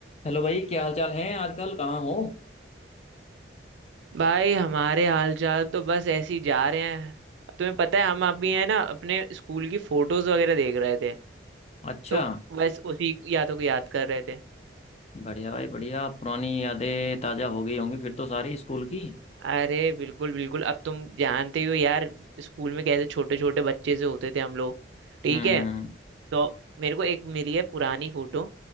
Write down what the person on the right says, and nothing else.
भाई हमारे हालचाल तो बस ऐसे ही जा रहे हैं तुम्हें पता है हम अभी है ना अपने स्कूल की फोटोज वगैरह देख रहे थे
तो बस उसी यादों को याद कर रहे थे
अरे बिल्कुल बिल्कुल अब तुम जानते ही हो यार स्कूल में कैसे छोटे छोटे बच्चे से होते थे हम लोग ठीक
है तो मेरे को एक मिली है पुरानी फोटो